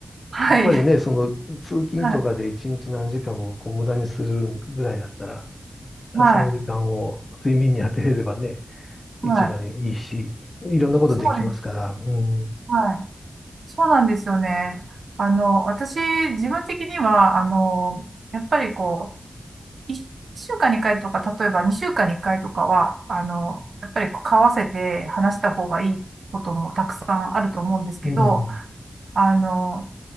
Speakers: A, on the right; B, on the left.
A: はい。
B: やっぱりね、その通勤とかで一日何時間もこう無駄にするぐらいだったら、
A: はい。はい。
B: その時間を睡眠に当てれればね、
A: はい。
B: 一番いいし、いろんなことできますから、
A: そうです。
B: うん、
A: はい。そうなんですよね。あの、私、自分的には、あの、やっぱりこう、1週間に1回とか、例えば2週間に1回とかは、あの、やっぱりこう交わせて話した方がいいこともたくさんあると思うんですけど、
B: うん、
A: あの、